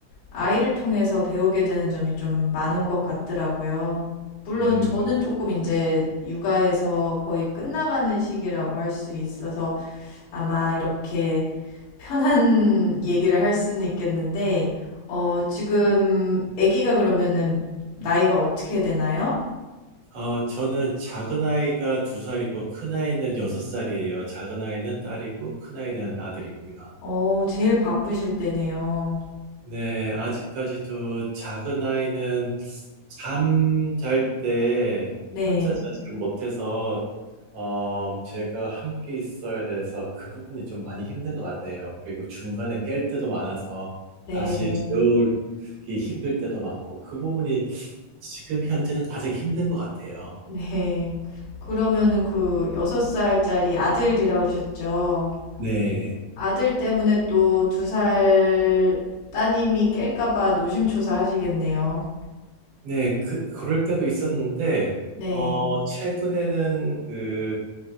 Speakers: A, on the left; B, on the right.
A: 아이를 통해서 배우게 되는 점이 좀 많은 것 같더라고요. 물론
B: 음.
A: 음, 저는 조금 이제 육아에서 거의 끝나가는 시기라고 할 수 있어서 아마 이렇게 편한 <laughs> 얘기를 할 수는 있겠는데, 어, 지금 아기가 그러면은 나이가 어떻게 되나요?
B: 어, 저는 작은 아이가 두 살이고 큰 아이는 여섯 살이에요. 작은 아이는 딸이고 큰 아이는 아들이고요.
A: 어, 제일 바쁘실 때네요.
B: 네, 아직까지도 작은 아이는 잠잘 때
A: 네,
B: 혼자 자지를 못해서 어, 제가 함께 있어야 돼서 그 부분이 좀 많이 힘든 것 같아요. 그리고 중간에 깰 때도 많아서
A: 네,
B: 다시 재우기 힘들 때도 많고 그 부분이 지금 현재는 가장 힘든 것 같아요.
A: <laughs> 네. 그러면은 그 여섯 살짜리 아들이라 그러셨죠?
B: 네.
A: 아들 때문에 또 두 살 따님이 깰까 봐 노심초사 하시겠네요.
B: 네, 그, 그럴 때도 있었는데, 음.
A: 네,
B: 어, 최근에는 그